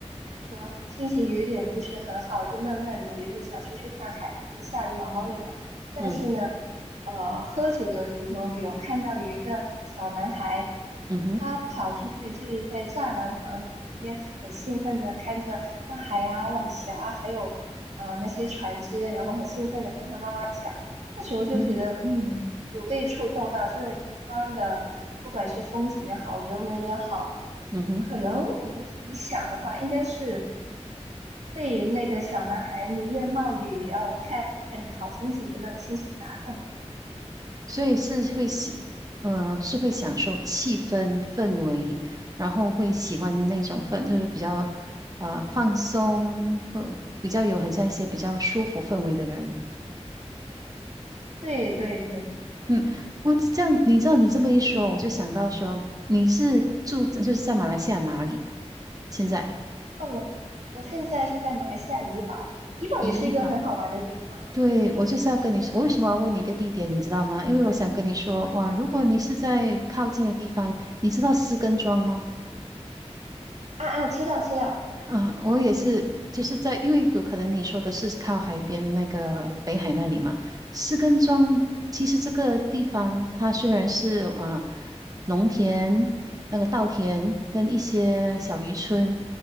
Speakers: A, on the right; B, on the right.
A: 怎么说，心情有一点不是很好，就闷闷的。原本想出去看海，可是下着毛毛雨嘛。但是呢，
B: 嗯，
A: 呃，喝酒的途中给我看到有一个小男孩，
B: 嗯哼，
A: 他跑出去就是在栅栏旁边，很兴奋的看着大海啊、晚霞啊，还有呃那些船只，然后很兴奋的跟他妈妈讲。那时候就觉得，
B: 嗯哼，
A: 嗯，有被触动到这个地方的，不管是风景也好，人文也好，
B: 嗯哼。
A: 可能我自己想的话，应该是被那个小男孩宁愿冒雨也要看好风景的那种心情打动了吧。
B: 所以是会喜，呃，是会享受气氛氛围，然后会喜欢那种氛，就是比较呃放松，或比较有很像一些比较舒服氛围的人。
A: 对对对，
B: 嗯，我这样，你知道你这么一说，我就想到说你是住就是在马来西亚哪里？现在
A: 哦，我我现在是在马来西亚怡保，怡保也是一个很好玩的地方。
B: 怡保。对，
A: 对，
B: 我就是要跟你说，我为什么要问你一个地点，你知道吗？因为我想跟你说，哇，如果你是在靠近的地方，你知道石根庄吗？
A: 啊啊，知道知道，
B: 啊，我也是，就是在，因为有可能你说的是靠海边那个北海那里嘛，士根庄其实这个地方它虽然是啊、呃农田、那个稻田跟一些小渔村，